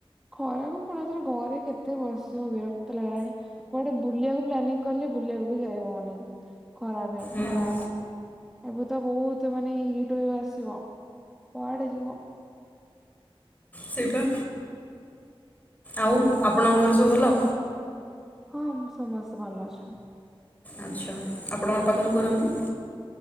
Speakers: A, in the centre; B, on the left (about 15°).
A: ଖରାକୁ ପୁଣି ଆଉ ଥରେ ଘରେ କେତ୍ କେତେ ବସିବ ବିରକ୍ତ ଲାଗିଲାଣି କୁଆଡ଼େ ବୁଲିବାକୁ ପ୍ଲାନିଂ କଲେ ବୁଲିବାକୁ ବି ଯାଇ ହବନି ଖରା ପାଇଁ।
B: ହୁଁ
A: ତ ବହୁତ୍ ମାନେ ହିଟ୍ ୱେଭ୍ ଆସିବ, କୁଆଡ଼େ ଯିବ।
B: ସେଇ ପା। ଆଉ ଆପଣଙ୍କ ଘରେ ସବୁ ଭଲ?
A: ହଁ ମୁଁ ସମସ୍ତେ ଭଲ ଅଛନ୍।
B: ଆଚ୍ଛା ଆପଣଙ୍କ ବାପା କଣ କରନ୍ତି?